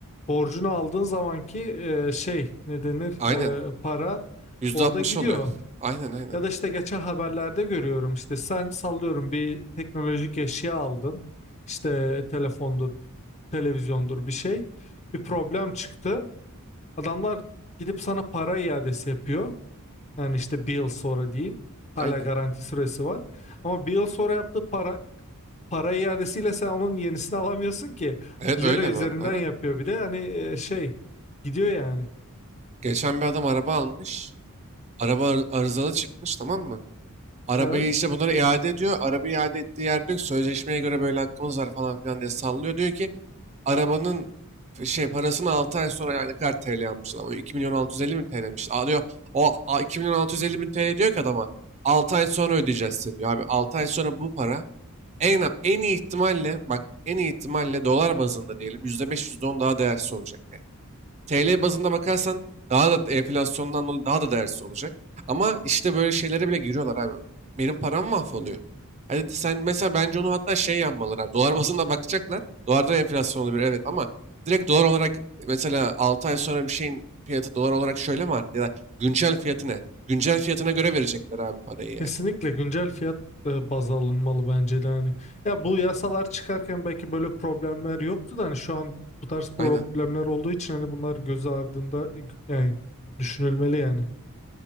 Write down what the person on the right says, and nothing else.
Aynen.
yüzde
altmış
oluyor. <laughs> Aynen aynen.
Aynen.
Evet
öyle
bu arada. Aynen.
Geçen bir adam araba almış. Araba ar- arızalı çıkmış tamam mı? Arabayı
işte bunlara iade ediyor. Arabayı iade ettiği yerde diyor ki, sözleşmeye göre böyle hakkımız var falan filan diye sallıyor. Diyor ki arabanın f- şey parasını 6 ay sonra yani ne kadar TL almış adam. 2 milyon 650 bin TL'miş. Aa diyor o a- 2 milyon 650 bin TL diyor ki adama 6 ay sonra ödeyeceğiz size diyor. Abi 6 ay sonra bu para en, en iyi ihtimalle bak en iyi ihtimalle dolar bazında diyelim %5 %10 daha değersiz olacak. yani. TL bazında bakarsan daha da enflasyondan dolayı daha da değersiz olacak. Ama işte böyle şeylere bile giriyorlar abi. Benim param mahvoluyor. Hadi sen mesela bence onu hatta şey yapmalılar abi. Dolar bazında bakacaklar. Dolarda enflasyon olabilir evet ama direkt dolar olarak mesela 6 ay sonra bir şeyin fiyatı dolar olarak şöyle mi arttı ya da güncel fiyatı ne? Güncel fiyatına göre verecekler abi parayı yani.
Aynen.